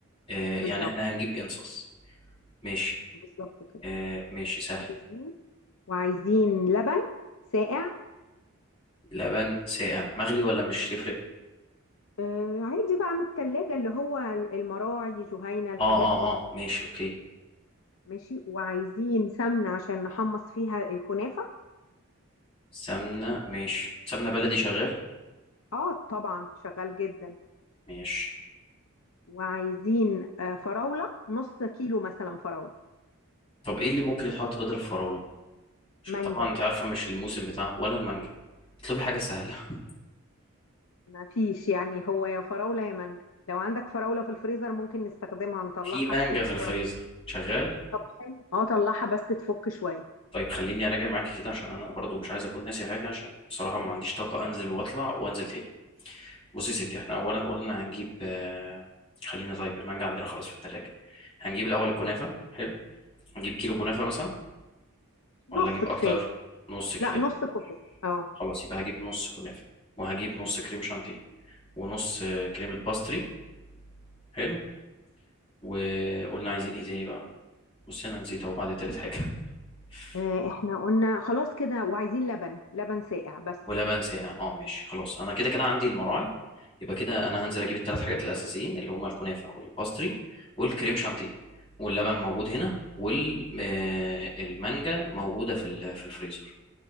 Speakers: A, on the left; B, on the left.
A: آه يعني
B: بالظبط
A: احنا هنجيب انصص ماشي
B: بالظبط كده
A: آه ماشي سهل
B: عايزين وعايزين لبن ساقع
A: لبن ساقع مغلي ولا مش تفرق
B: آه عادي بقى من التلاجة اللي هو المراعي جهينة الحاجات
A: اه اه
B: دي
A: اه ماشي اوكي
B: ماشي وعايزين سمنة عشان نحمص فيها الكنافة
A: سمنة ماشي سمنة بلدي شغال
B: اه طبعا شغال جدا
A: ماشي
B: وعايزين آه، فراولة نص كيلو مثلا فراولة
A: طب ايه اللي ممكن يتحط بدل الفراولة عشان
B: مانجا
A: طبعا انت عارفة مش الموسم بتاع ولا المانجا اطلبي حاجة سهلة <laughs>
B: ما فيش يعني هو يا فراولة يا مانجا لو عندك فراولة في الفريزر ممكن نستخدمها نطلعها
A: في مانجا
B: تسيح
A: في
B: شوية
A: الفريزر شغال
B: طب حلو اه طلعها بس تفك شوية
A: طيب خليني اراجع معاكي كده عشان انا برضو مش عايز اكون ناسي حاجه عشان بصراحه ما عنديش طاقه انزل واطلع وانزل تاني بصي يا ستي احنا اولا قلنا هنجيب آه، خلينا طيب المانجا عندنا خلاص في التلاجة هنجيب الاول الكنافه حلو هنجيب كيلو كنافه مثلا
B: نص
A: ولا اجيب
B: كفاية
A: اكتر نص كفايه
B: لا نص كوباية اه
A: خلاص يبقى هجيب نص كنافه وهجيب نص كريم شانتيه ونص آه، كريمه باستري حلو وقلنا عايزين ايه تاني بقى بصي انا نسيت اهو بعد تالت حاجه <laughs>
B: آه، احنا قلنا خلاص كده وعايزين لبن لبن ساقع بس
A: ولبن ساقع اه ماشي خلاص انا كده كده عندي المراعي يبقى كده انا هنزل اجيب الثلاث حاجات الاساسيين اللي هما الكنافه والباستري والكريم شانتيه واللبن موجود هنا والمانجا موجوده في ال- في الفريزر